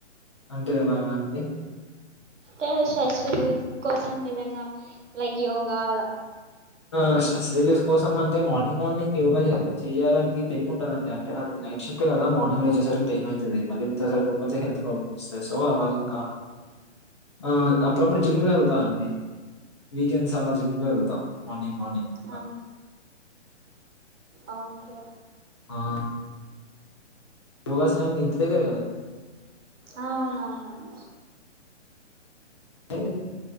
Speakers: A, on the left; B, on the right.
A: అంటే ఎలా అండి.
B: అంటే స్ట్రెస్ రిలీఫ్ కోసం ఏదన్నా లైక్ యోగా అలా.
A: ఆ స్ట్రెస్ రిలీఫ్ కోసం అంటే మార్నింగ్ మార్నింగ్ యోగ చేయాల. చేయాలనికి టైం ఉండదండి అంటే అది నైట్ షిఫ్ట్ కదా మార్నింగ్ లో వచ్చేసరికి టైం అవుది మళ్లీ నిద్ర సరిగ్గా లేకపోతే హెల్త్ ప్రాబ్లం. సో అలాగే ఒక. ఆ అప్పుడప్పుడు జిమ్కి వెళ్తా అండి వీకెండ్స్ అలా జిమ్ క వెళ్తా మార్నింగ్ మార్నింగ్. ఇంకా.
B: ఆ ఆ ఓకే ఓకే.
A: ఆ. నువ్వు అసలు ఇంటి దగ్గరే కదా.
B: ఆ అవున్ అవున్ అవును.
A: <unintelligible>